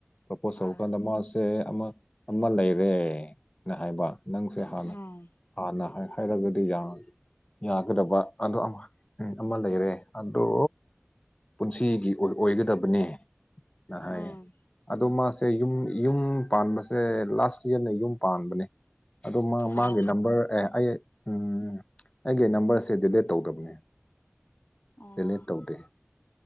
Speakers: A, on the left; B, on the left.
A: ꯄ꯭ꯔꯣꯄꯣꯁ
B: ꯍꯣꯏ
A: ꯇꯧꯔꯀꯥꯟꯗ ꯃꯥꯁꯤ ꯁꯦ ꯑꯃꯥ ꯑꯃꯥ ꯂꯩꯔ‌ꯦꯅ ꯍꯥꯏꯕ ꯅꯪꯁꯦ ꯍꯥꯟꯅ
B: ꯎꯝ
A: ꯍꯥꯟꯅ ꯍꯥꯏꯔꯒꯗꯤ ꯌꯥ ꯌꯥꯒꯗꯕ ꯑꯗꫭ ꯎꯝ ꯑꯃꯥ ꯂꯩꯔꯦ ꯑꯗꯣ ꯄꯨꯟꯁꯤꯒꯤ ꯑꯣꯏꯒꯗꯕꯅꯦꯅꯥ ꯍꯥꯏꯌꯦ
B: ꯎꯝ
A: ꯑꯗꯣ ꯃꯥꯁꯦ ꯌꯨꯝ ꯌꯨꯝ ꯄꯥꯟꯕꯁꯦ ꯂꯥꯁ ꯌꯔꯅ ꯌꯨꯝ ꯄꯥꯟꯕꯅꯦ ꯑꯗꯨ ꯃꯥ ꯃꯥꯒꯤ
B: ꯑꯥ
A: ꯅꯝꯕꯔ ꯑꯦ ꯑꯩ ꯎꯝ ꯑꯩꯒꯤ ꯅꯝꯕꯔꯁꯦ ꯗꯤꯂꯤꯠ ꯇꯧꯗꯕꯅꯦ
B: ꯑꯣ
A: ꯗꯦꯂꯦꯠ ꯇꯧꯗꯦ